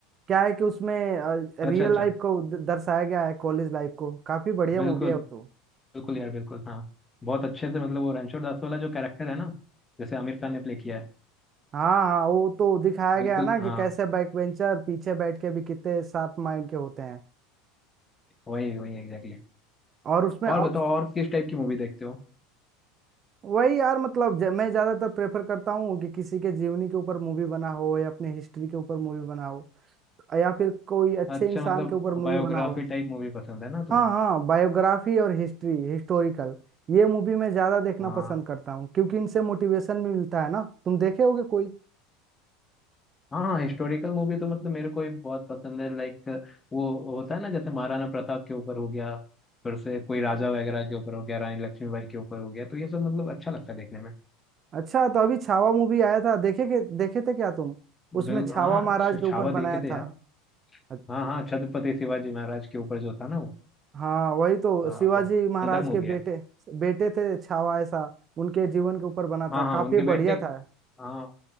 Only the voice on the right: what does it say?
क्या है कि उसमें
रियल
लाइफ को द- दर्शाया गया है कॉलेज लाइफ को काफी बढ़िया
मूवी है वो तो
हाँ हाँ वो तो दिखाया
गया है ना
कि कैसे बैक बेंचर पीछे बैठ के भी कितने शार्प माइंड के होते हैं
और उसमें
अब
वही यार मतलब ज- मैं ज्यादातर प्रेफर करता हूँ कि किसी के जीवनी के ऊपर मूवी बना हो या अपने हिस्ट्री के ऊपर मूवी बना हो या फिर कोई अच्छे
इंसान
के ऊपर
मूवी बना हो
हाँ हाँ बायोग्राफी और हिस्ट्री हिस्टोरिकल ये मूवी मैं ज्यादा देखना
पसंद करता हूँ क्योंकि इनसे मोटिवेशन भी मिलता है ना तुम देखे होगे कोई
अच्छा तो अभी छावा मूवी आया था देखे के देखे थे क्या तुम उसमें
छावा
महाराज
के
ऊपर बनाया
था
अच-
हाँ वही तो
शिवाजी
महाराज
के
बेटे बेटे थे छावा ऐसा उनके जीवन के ऊपर बना
था काफी
बढ़िया था